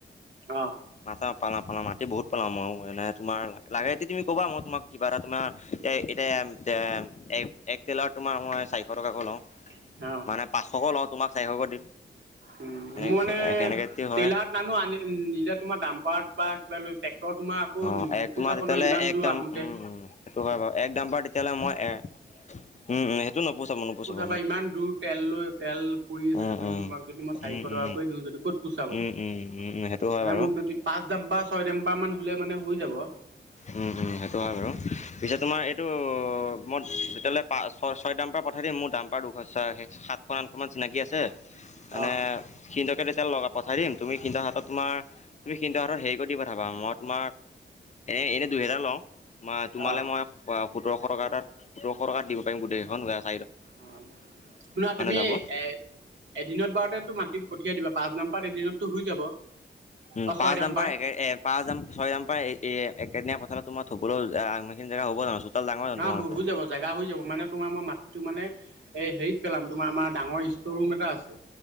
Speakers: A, on the right; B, on the left.
A: অহ
B: মাতা পালা পালা মাতি বহুত পালা মই এনে তোমাৰ লাগে যদি তুমি ক'বা। মই তোমাক কিবা এটা তোমাৰ এ এতিয়া এক তেলাৰত তোমাৰ মই চাৰিশ টকাকৈ লওঁ।
A: অ অ
B: মানে পাঁচশকো লওঁ তোমাক চাৰিশকৈ দিম।
A: উ
B: সেনে
A: মোৰ মানে
B: সেনেকে কি হয়
A: ট্ৰেইলাৰত নানো আনি নিলে তোমাৰ ডাম্পাৰত বা কিবা লৈ ট্ৰেক্টৰ তোমাৰ আকৌ
B: অ
A: নুপুচাব
B: এক তোমাৰ তেতিয়াহ'লে
A: নহয় ইমান
B: এক
A: দূৰ
B: দাম
A: আহোঁ‌তে
B: উম উম সেইটো হয় বাও। এক দামাত তেতিয়াহ'লে মই এ উম সেইটো নোপোচাব নোপোচাব
A: বা ইমান দূৰ তেল লৈ তেল পুৰি
B: উম উম
A: তোমাক যদি মই চাৰিশ
B: উম
A: টকাকৈয়ে
B: উম
A: দিওঁ যদি ক'ত পুচাব
B: উম উম উম উম। সেইটো হয়
A: মানে
B: বাৰু
A: মোক যদি পাঁচ ডাম্বা ছয় ডাম্বা মান হলে মানে হৈ যাব। <unintelligible>
B: উম, উম, সেইটো হয় বাৰু পিছে তোমাৰ এইটো মই তেতিয়াহ'লে পাঁচ ছয় দামপাৰ পঠাই দিম। মোৰ দাম সাতখন আঠ খন মান চিনাকি আছে।
A: অ',
B: মানে সিহতকে তেতিয়া লগাব পঠাই দিম তুমি সিন্তৰ হাতত তোমাৰ তুমি সিন্তৰ হাতত হেৰি কৰি দি পঠাবা। মই তোমাৰ এনে এনে দুইহেজাৰ লওঁ। তম তোমালে
A: অ',
B: মই সোতৰশ টকা এটা সোতৰশ টকাত দিব পাৰিম গোটেইখন গ
A: অ' শুনা তুমি
B: যাব।
A: এ এদিনত বাৰুতে তো মাটি পঠিয়াই দিবা। পাঁচ নম্বাৰ এদিনতো হৈ যাব।
B: উম
A: অ',
B: পাঁচ
A: ছয় ডাম্পাৰ
B: দম্পাৰ এক এ পাঁচ যাম ছয় যাম প এ একেদিনীয়া পঠাই দিম। ইফালে তোমাৰ থবলৈও ইমানখিনিজেগা হব' জানো? চোতাল ডাঙৰ জানো
A: ন
B: তোমালোকৰ?
A: হৈ যাব জেগা হৈ যাব মানে তোমাৰ মই মাটিটো মানে এই হেৰিত পেলাম। তোমাৰ আমাৰ ডাঙৰ ষ্ট'ৰ ৰুম এটা আছে।